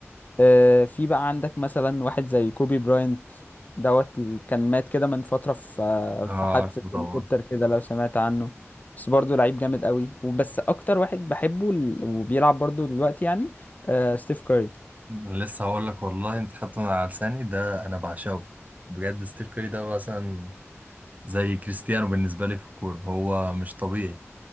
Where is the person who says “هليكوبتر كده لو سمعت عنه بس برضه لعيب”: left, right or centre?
Left